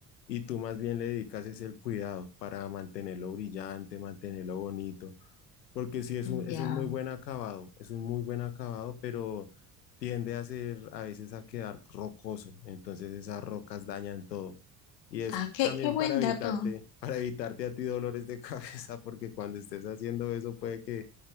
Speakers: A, on the left; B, on the left.
A: y tú más bien le dedicas es el cuidado para mantenerlo brillante, mantenerlo bonito porque sí es un,
B: Ya.
A: es un muy buen acabado, es un muy buen acabado, pero tiende a ser a veces a quedar rocoso, entonces esas rocas dañan todo. Y es
B: Ah, qué,
A: también
B: qué buen
A: para evitarte,
B: dato.
A: <laughs> para evitarte a ti dolores de <laughs> cabeza, porque cuando estés haciendo eso puede que